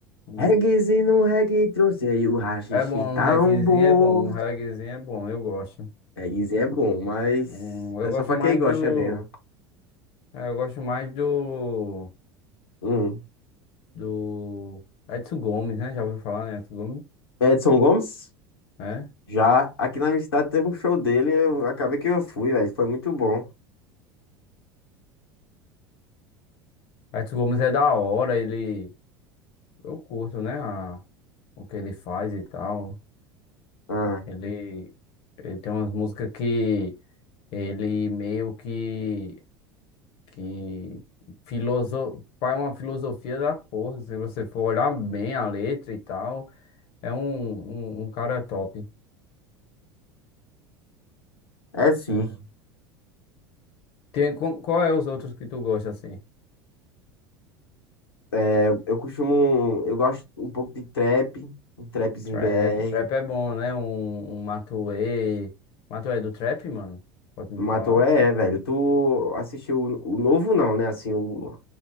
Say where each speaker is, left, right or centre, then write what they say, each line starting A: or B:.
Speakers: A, on the left; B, on the left.
A: hum.
B: Reggaezinho, um reggaeton, sei o haxixe
A: É bom,
B: tá
A: um reggaezinho
B: um bom.
A: é bom, um reggaezinho é bom, eu gosto.
B: Reggaezinho é bom, mas
A: Um,
B: é
A: eu gosto
B: só pra
A: mais
B: quem gosta
A: do.
B: mesmo.
A: é, eu gosto mais do.
B: Hum.
A: Do. Edson Gomes, né? Já ouviu falar em Edson Gomes?
B: Edson Gomes?
A: É.
B: Já aqui na minha cidade teve um show dele, eu acabei que eu fui, velho. Foi muito bom.
A: Edson Gomes é da hora, ele. Eu curto, né? a- o que ele faz e tal.
B: Ah,
A: Ele. Ele tem umas músicas que. Ele meio que. Que. Filoso... Faz uma filosofia da porra, se você for olhar bem a letra e tal. É um, um, um cara top.
B: é sim.
A: É. Tem, com- qual é os outros que tu gosta, assim?
B: É, eu costumo. Eu gosto um pouco de trap, um trapzinho
A: Trap,
B: BR.
A: trap é bom, né? Um, um Matuê. Matuê é do trap, mano? Pode me
B: Matou
A: falar?
B: é, é, velho. Tu assistiu o, o novo, não, né? Assim, o